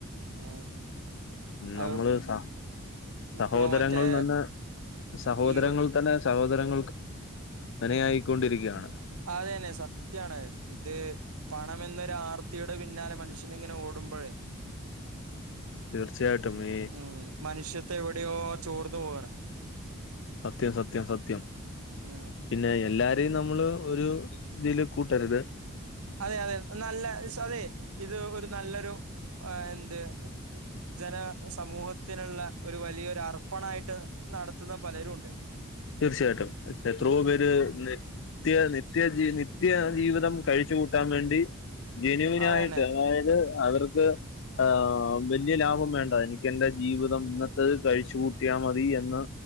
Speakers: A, on the right; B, on the left.
A: ഉം അത്
B: നമ്മള് സ സഹോദരങ്ങൾനന്നെ
A: ഇപ്പൊ മറ്റേ
B: സഹോദരങ്ങൾതന്നെ
A: ഈ
B: സഹോദരങ്ങൾക്ക് മനയായിക്കൊണ്ടിരിക്കുകയാണ്
A: അതെന്നെ സത്യാണ് ഇത് പണമെന്നൊരു ആർത്തിയുടെ പിന്നാലെ മനുഷ്യനിങ്ങനെ ഓടുമ്പോഴേ
B: തീർച്ചയായിട്ടും ഈ
A: ഉം മനുഷ്യത്വം എവിടെയോ ചോർന്ന്പോവാണ്.
B: സത്യം സത്യം സത്യം പി
A: ഉം
B: പിന്നെഎല്ലാരേം നമ്മള് ഒരു ഇതില്കൂട്ടരുത്
A: അതെ അതെ നല്ല സതെ ഇത്ഒരു നല്ലൊരു എന്ത് ജന സമൂഹത്തിനുള്ള ഒരുവലിയൊരു അർപ്പണായിട്ട് നടത്തുന്ന പലരുണ്ട്
B: തീർച്ചയായിട്ടും എത്രയോ പേര് ഇന്ന് ത്യ നിത്യജി നിത്യജീവിതം കഴിച്ചുകൂട്ടാൻവേണ്ടി ജെനുവിനായിട്ട്
A: അതന്നെ
B: അതായത് അവർക്ക് ആഹ് വല്ല്യലാഭംവേണ്ട എനിക്കെന്റെജീവിതം ഇന്നത്തെത് കഴിച്ചുകൂട്ടിയാമതി എന്ന്